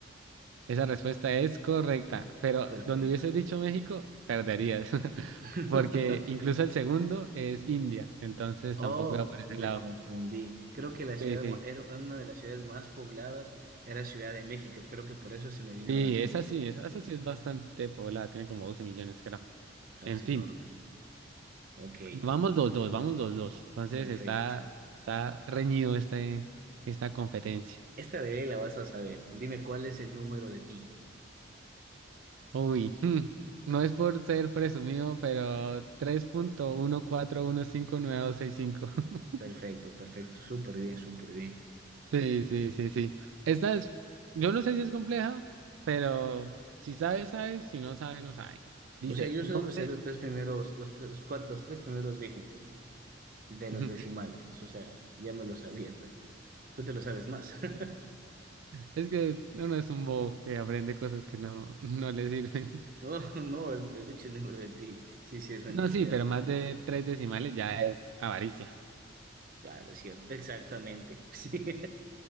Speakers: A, on the right; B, on the right.
A: Esa respuesta es correcta, pero
B: perfecto.
A: donde hubieses dicho México, perderías, <laughs>
B: <laughs>
A: porque incluso el segundo es India, entonces
B: Oh,
A: tampoco va por ese
B: me
A: lado.
B: confundí. Creo que la
A: Sí,
B: ciudad,
A: sí.
B: ma- era una de las ciudades más pobladas era Ciudad de México. Creo que por eso se me vino
A: Sí,
B: a la mente.
A: esa sí, esa, esa sí es bastante poblada, tiene como 12 millones, creo.
B: Ah,
A: En
B: Es
A: fin,
B: enorme. Ok,
A: vamos dos dos, vamos dos dos. Entonces
B: perfecto.
A: está, está reñido este, esta competencia.
B: Esta de ley la vas a saber. Dime cuál es el número de pi.
A: Uy, <laughs> hmm, no es por ser presumido, pero tres punto uno uno cuatro uno cinco nueve dos seis cinco. <laughs>
B: Perfecto, perfecto, súper bien, súper bien.
A: Sí, sí, sí, sí. Esta es, yo no sé si es compleja, pero si sabes, sabes, si no sabes, no sabes. Dice,
B: O sea, yo
A: ¿dónde?
B: solo me sé los tres primeros, los tres, los cuatro- los tres primeros dígitos de
A: <laughs>
B: los decimales. Eso, o sea, ya me lo sabía, pero tú te lo sabes más. <laughs>
A: Es que uno es un bobo que aprende cosas que no, no le sirven.
B: No, no, el, el- de hecho el número de pi sí sirve
A: No,
B: en realidad.
A: sí, pero más de tres decimales ya es avaricia.
B: Claro, es cierto, exactamente. <laughs> Sí.